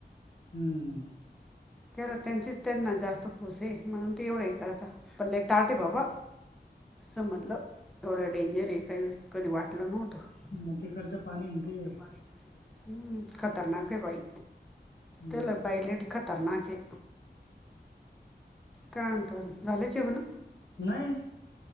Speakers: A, on the left; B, in the centre.
A: हं
B: ते ना त्यांचीच त्यांना जास्त फुस आहे म्हणून ते एवढं हे करता, पण लई ताठ आहे बाबा. समजलं एवढं डेंजर हे काध कधी वाटलं नव्हतं
A: मग तिकडच्या पाणी ते
B: हम्म खतरनाक आहे बाई तरला
A: म
B: बाईलेट तरर्नाखे कायन ज झालेचव ना
A: नाही